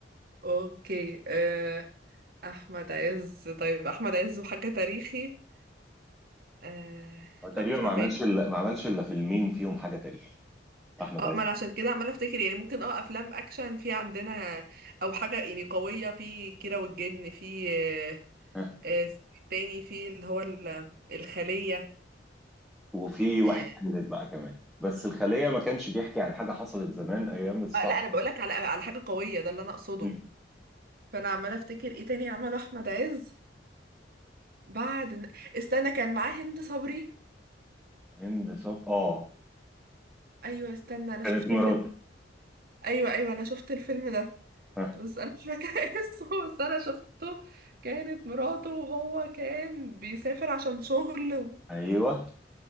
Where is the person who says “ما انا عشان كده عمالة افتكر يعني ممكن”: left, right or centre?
Right